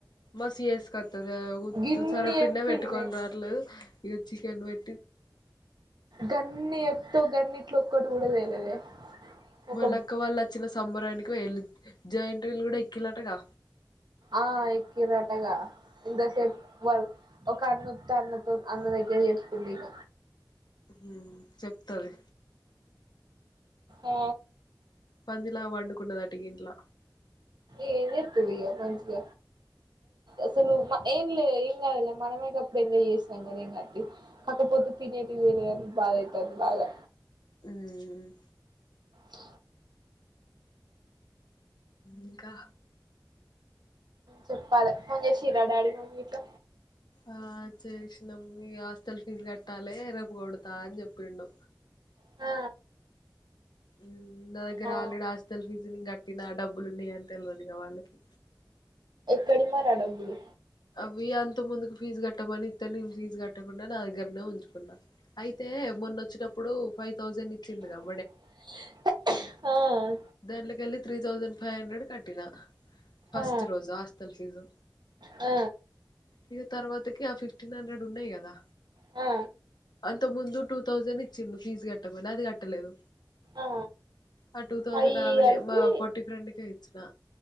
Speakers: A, on the left (about 65°); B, on the right (about 65°).
A: మసివేసు కొత్తదా వద్దు
B: గిన్ని
A: సరే పిండ
B: చెప్పింది
A: పెట్టుకని రాలేదు ఇక చికెన్ వ
B: గన్ని చెప్తావ్ గన్ని ఓక్కటి కూడా తేలేదే ఒక
A: మళ్ళ అక్క వాళ్ళు వచ్చిన సంబరానికి వెళ్ళి జాయింట్ వీలు కూడా ఎక్కిల్లటగా
B: ఆ ఎక్కిర్రటగా ఇంత సేపు వాళ్ళు ఒక అన్నతో అన్నతో అన్న దగ్గర చేసుకుంది ఇక
A: ఉమ్ చెప్తది
B: ఆ
A: పందిలా పండుకున్నదంట ఇట్లా
B: ఏ చేత్తివి ఇగ మంచిగ అసలు ఏన్లే ం కాదలే మనమేప్పుడు ఎంజాయ్ చేసాం కానీ ఎంగదు కాకపోతే తినేటి వేర బాధతారు బాగా
A: ఉమ్
B: ఆ
A: ఇంకా
B: చెప్పాలి ఫోన్ చేసిరా డాడీ మమ్మీ ఇట్ల
A: ఆ చేసినాం ఈ హాస్టల్ ఫీజు కట్టాలే రేపు కొడతా అని చెప్పిండు
B: ఆ
A: ఉమ్ నా దగ్గర
B: మా
A: ఆల్రెడి హస్పిటల్ ఫీస్ కట్టినా డబ్బు డబ్బులు ఉన్నాయి అంటే తెలవదుగా వాళ్ళకి
B: కడీ మరి ఆ డబ్బులు
A: ఇవి అంత ముందుకు ఫీజు కట్టమని తెలీదు ఫీజ్ కట్టకుండా నా దగ్గరనే ఉంచుకున్నా అయి అయితే మొన్న వచ్చినప్పుడు ఫైవ్ థౌజండ్ ఇచ్చిండు కబ
B: ఆ
A: దాంట్లో కెళ్ళి త్రీ థౌసండ్ ఫైవ్ హండ్రెడ్ కట్టిన ఫస్ట్
B: ఆ
A: రోజు హాస్టల్ ఫీజు
B: ఆ
A: ఇక తర్వాతకి ఆ ఫిఫ్టీన్ హండ్రెడ్ ఉన్నాయి కదా
B: ఆ
A: ఇంతకు ముందు టూ థౌజండ్ ఇచ్చిండు ఫీజ్ కట్ట పునాది కట్టలేదు
B: ఆ
A: అ టూ థౌసండ్
B: అయి
A: నావి
B: కలిపి
A: ఉండే పొట్టీ ఫ్రెండ్ కి ఇచ్చినా